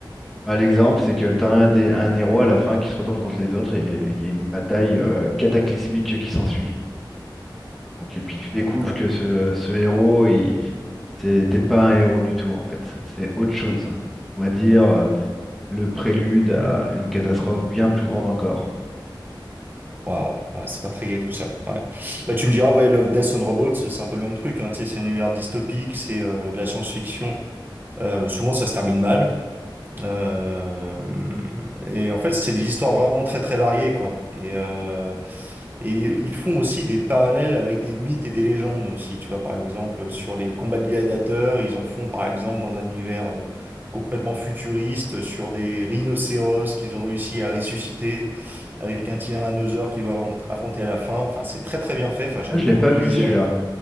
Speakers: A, in the centre; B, on the right (about 25°).
A: Bah, l'exemple, c'est que tu as un, dé- un héros à la fin qui se retourne contre les autres et il y a une bataille euh, cataclysmique qui s'ensuit. Donc, et puis tu
B: Ah
A: découvres
B: ouais, quand
A: que
B: même.
A: ce, ce héros, il, c'était pas un héros du tout en fait. C'est autre chose. On va dire euh, le prélude à une catastrophe bien plus grande encore.
B: Waouh, ouais, c'est pas très gai tout ça. Ouais. Bah tu me diras, ouais, Love, Death and Robots, c'est un peu le même truc, hein, tu sais, c'est un univers dystopique, c'est euh, de la science-fiction. Euh, souvent ça se termine mal. Euh, et en fait, c'est des histoires vraiment très très variées, quoi. Et, euh, et ils font aussi des parallèles avec des mythes et des légendes aussi. Tu vois, par exemple, sur les combats de gladiateurs, ils en font par exemple dans un univers euh, complètement futuriste, sur des rhinocéros qu'ils ont réussi à ressusciter avec un tyrannosaure qu'ils doivent affron- affronter à la fin. Enfin, c'est très très bien fait. Enfin, j'aime
A: Ah, je
B: beaucoup
A: l'ai pas
B: le
A: vu
B: design.
A: celui-là.